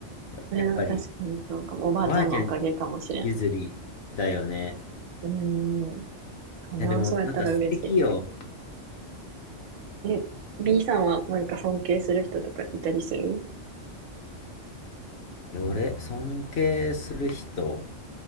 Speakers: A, on the left; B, on the right.
A: や、
B: それは確かにそうかも。
A: やっぱり、
B: おばあちゃんのおかげかもしれん。
A: おばあちゃん譲りだよね。
B: うん。かな、
A: いや、でも、
B: そうやったら嬉し
A: なんか素敵よ。
B: い。え、B さんはなんか尊敬する人とかいたりする
A: え俺、尊敬する人、